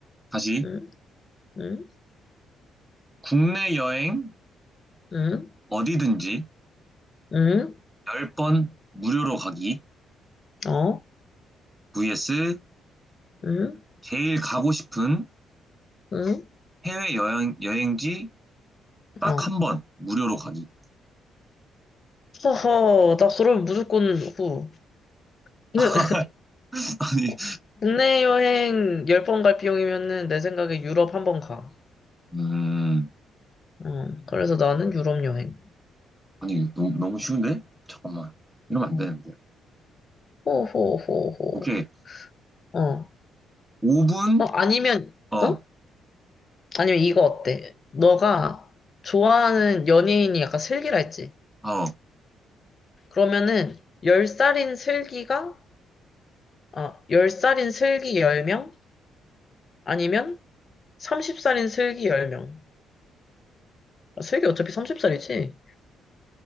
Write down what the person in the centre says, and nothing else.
다시
국내 여행
어디든지
10번 무료로 가기
vs
제일 가고 싶은
해외 여행, 여행지 딱
한 번 무료로 가기.
<laughs> 아니,
음,
아니, 너무, 너무 쉬운데? 잠깐만. 이러면
안 되는데.
오케이.
5분?
어,
어,